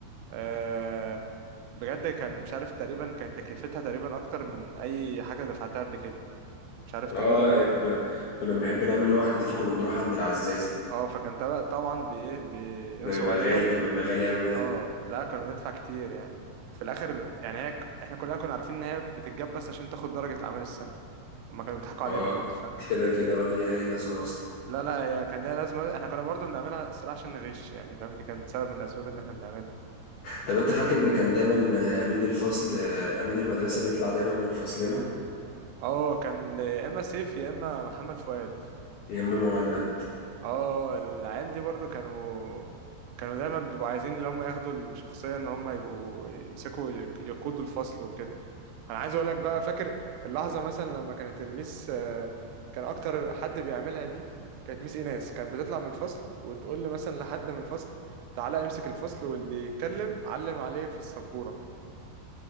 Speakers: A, on the right; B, on the left.
A: أه بجد كان مش عارف تقريبا كانت تكلفتها تقريبا اكتر من اي حاجه دفعتها قبل كده مش عارف تقريبا
B: اه كنا كنا بنحب نعمل لوحة نضيفة كنا بنروح عند العزازي
A: اه فكان تبع- طبعا بي إيه، بينصب
B: ده بيبقى
A: علينا
B: غالي كان بيبقى غالي قوي ده
A: اه لا كنا بندفع كتير يعني في الاخر يعني هي ك- احنا كلنا كنا عارفين ان هي بتتجاب بس عشان تاخد درجه اعمال السنه هما كانوا بيضحكوا علينا
B: اه
A: برضه
B: كده كده ولا ليها اي لازمة اصلا
A: لا لا هي كان ليها لازمة احنا كنا برضه بنعملها الصراحة عشان نغش يعني فاهم دي كانت سبب من الأسباب اللي احنا بنعملها
B: طب انت فاكر ان كان دايما آه، امين الفصل آه، امين المدرسه بيطلع دايما من فصلنا
A: اه كان يا إما سيف يا إما محمد فؤاد
B: يا اما مهند
A: اه العيال دي برضه كانوا كانوا دايما بيبقوا عايزين اللي هم ياخدوا الشخصية ان هم يبقوا يمسكوا يك- يقودوا الفصل وكده انا عايز اقول لك بقى فاكر اللحظة مثلا لما كانت الميس آه، كان اكتر حد بيعملها دي كانت ميس ايناس كانت بتطلع من الفصل وتقول لي مثلا لحد من الفصل تعالى امسك الفصل واللي يتكلم علم عليه في السبورة